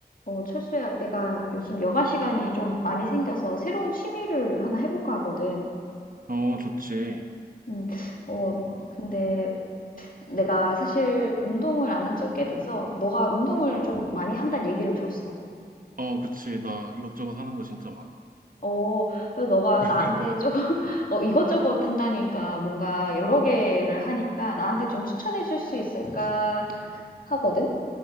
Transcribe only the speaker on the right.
어, 좋지.
어,
어,
어,
어, 그치. 나 이것저것 하는 거 진짜 많아.
<laughs>
어,
어.